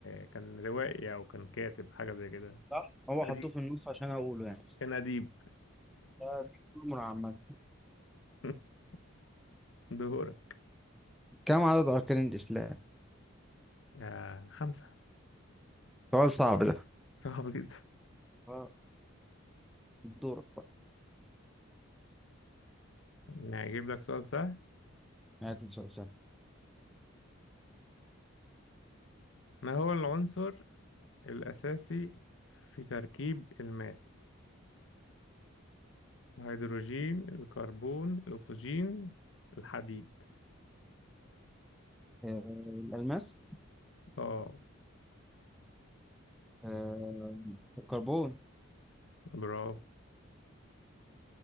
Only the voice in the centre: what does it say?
صح هو
حطوه في النص عشان أقوله يعني
آه، دي أمور عامة
كم عدد أركان الإسلام
سؤال صعب ده
اه دورك بقى
هات لي سؤال سهل
آه، الألماس
آه، الكربون